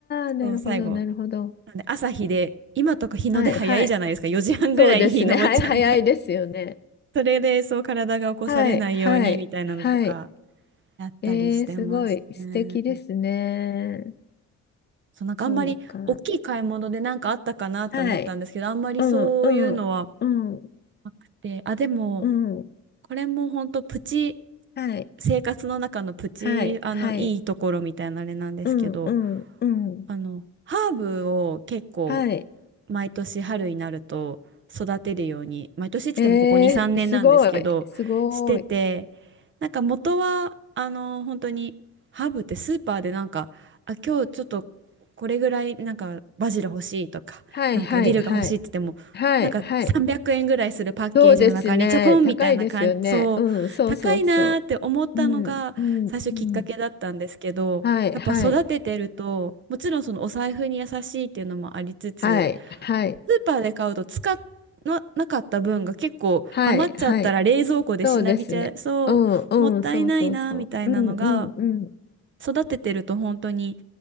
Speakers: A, on the left; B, on the right.
A: あなるほどなるほど
B: そう、最後なんで朝日で、今とか日の出早いじゃないですか。
A: はいはい。
B: 4時半ぐらいに日昇っちゃうんで。
A: そうですね。はい、早いですよね。
B: <laughs> それでそう体が起こされないようにみたいなのとか
A: はい、はい、はい。
B: やったりしてますね。
A: えー、すごい素敵ですね。
B: そうなんかあんまり大きい買い物でなんかあったかなと思ったんですけど、
A: そうか。はい。
B: あんまりそういうのは
A: うん、うん、うん、
B: なくて、あ、でも
A: うん。
B: これも本当プチ、
A: はい、
B: 生活の中のプチ、
A: はい、
B: あのいいところみたいなあれなんですけど、
A: はい。うん、うん、うん。
B: あのハーブを結構
A: はい。
B: 毎年春になると育てるように、毎年っつってもここ2、
A: えー、
B: 3年なんですけど、
A: すごい、すごい。
B: してて、なんか元は、あの、本当に、ハーブってスーパーでなんか、あ、今日ちょっとこれぐらい、なんかバジル欲しいとか、
A: はい、
B: なんかディルが欲しいって言っても、
A: はい、はい。はい、
B: なんか300円ぐらいするパッケージの中にちょこんみたいな感じ、
A: はい。そうですね。高いですよね。
B: そう、
A: うん、そうそうそ
B: 高いなーって思ったのが最初きっかけだったんですけど、
A: う。うん、うん、うん。はい、
B: やっぱ育ててるともちろんそのお財布に優しいっていうのもありつつ
A: はい。はい、はい、
B: スーパーで買うと使っな、なかった分が結構余っちゃったら冷蔵庫でしなびちゃいそう、
A: はい、はい。そうですね。うん、
B: もったいないなみたいなのが
A: うん、そうそうそう。うん、うん、うん。
B: 育ててると本当に